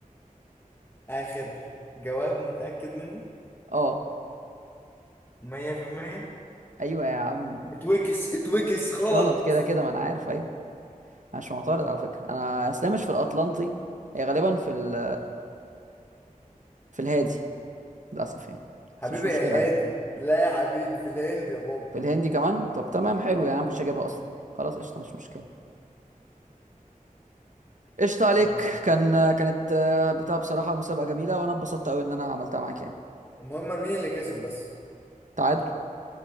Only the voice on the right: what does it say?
اه
ايوه يا عم
غلط كده كده ما انا عارف ايوه أنا مش معترض على فكرة انا اصلا مش في الاطلنطي هي غالبا في ال في الهادي للاسف يعني
بس مش مشكله
عادي
في الهندي كمان طب تمام حلو
يعني انا ما كنتش هجيبها اصلا خلاص قشطه مش مشكله قشطه عليك
كان كانت آه، بتاع بصراحه مسابقه جميله وانا اتبسطت قوي ان انا عملتها معاك يعني
تعادل